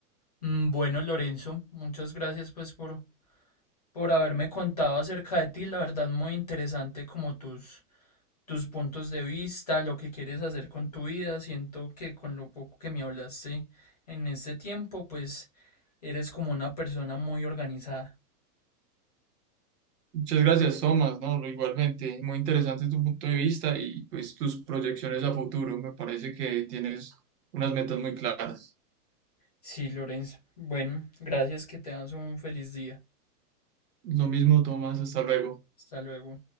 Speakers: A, on the left; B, on the right.
A: Mm, Bueno, Lorenzo, muchas gracias pues por, por haberme contado acerca de ti. La verdad, muy interesante como tus, tus puntos de vista, lo que quieres hacer con tu vida. Siento que con lo poco que me hablaste en este tiempo, pues eres como una persona muy organizada.
B: Muchas gracias, Tomás, ¿no? Igualmente, muy interesante tu punto de vista y pues tus proyecciones a futuro. Me parece que tienes unas metas muy claras.
A: Sí, Lorenzo. Bueno, gracias, que te tengas un feliz día.
B: Lo mismo, Tomás, hasta luego.
A: Hasta luego.